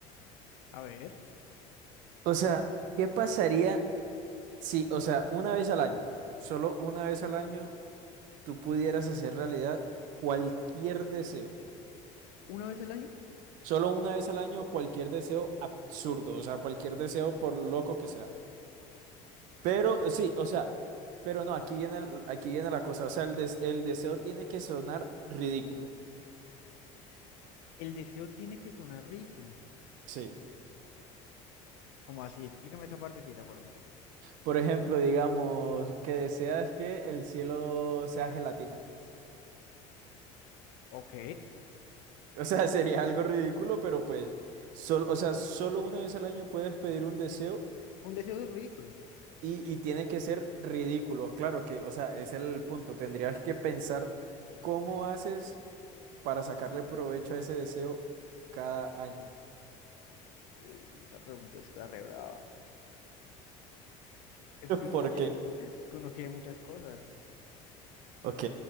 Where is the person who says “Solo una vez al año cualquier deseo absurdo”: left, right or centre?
Right